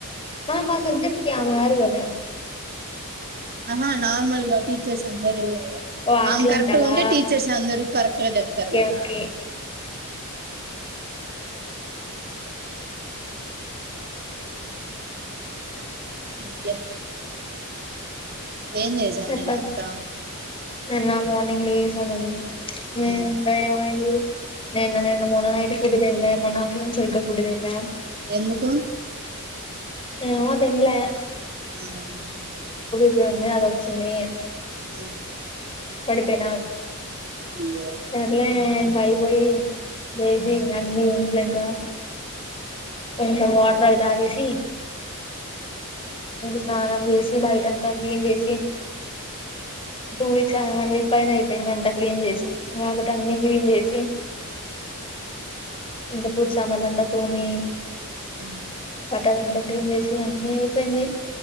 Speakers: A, on the left; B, on the right.
A: మాక్ ఆ సబ్జెక్ట్ కి ఆమేకాదు కద
B: అహా నార్మల్ గా టీచర్స్ అందరు
A: ఓ అట్లంటావా
B: ఆమె కరెక్ట్ గా ఉంటే టీచర్స్ అందరు కరెక్ట్ గా చెప్తారు
A: ఓకే
B: కదా
A: ఓకే
B: ఇంకేం ఏం చేసావు
A: చెప్పండి
B: నిన్నంతా
A: నిన్న మార్నింగ్ లేసాను మ్మ్
B: ఉమ్,
A: బయమైంది నిన్న నేన్ మోన్న నైట్ ఫుడ్డు దినలే మొన్న ఆఫ్టర్నూన్ సరిగ్గా ఫుడ్డు దినలే
B: ఎందుకు
A: ఏమో తిన్లా
B: ఆవును
A: ఎముంది అది ఓచ్చింది
B: ఆ
A: పడిపేన
B: అయ్యో
A: సర్లే ఇంకా ఐపోయి లేసి
B: ఉమ్,
A: నన్ని ఇంట్ల ఇంకా కొంచెం వాటర్ అవి తాగేసి ఇంక స్నానం జేసి బయటంతా క్లీన్ జేసి టూ వీక్స్ ఆ వన్ వీక్ పైన అయి పెంద్ అంతా క్లీన్ జేసి మాపటి అన్ని క్లీన్ జేసి ఇంకా పూజసమలంతా తోమి
B: మ్మ్
A: అదంతా క్లీన్ జేసి అన్నీ పోయింది